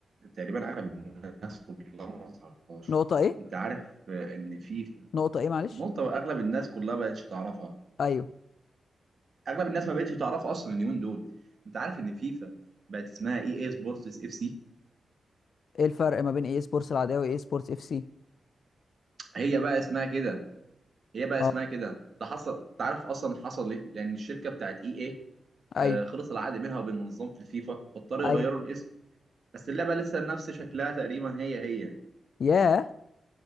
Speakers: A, on the right; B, on the left.
A: تقريبا اغلب الناس كلها ما تعرفهاش
B: نقطه ايه
A: انت عارف آه، ان في
B: نقطه ايه معلش
A: نقطه اغلب الناس كلها ما بقتش تعرفها
B: ايوه
A: اغلب الناس ما بقتش تعرف اصلا اليومين دول انت عارف ان فيفا بقت اسمها اي اي سبورتس اف سي
B: ايه الفرق ما بين اي سبورتس العاديه واي سبورتس اف سي
A: هي بقى اسمها كده هي بقى اسمها
B: اه
A: كده ده حصل انت عارف اصلا حصل ليه لان الشركه بتاعت اي اي
B: ايوه
A: آه، خلص العقد منها وبين منظمه الفيفا فاضطروا
B: ايوه
A: يغيروا الاسم بس اللعبه لسه نفس شكلها تقريبا هي هي
B: ياه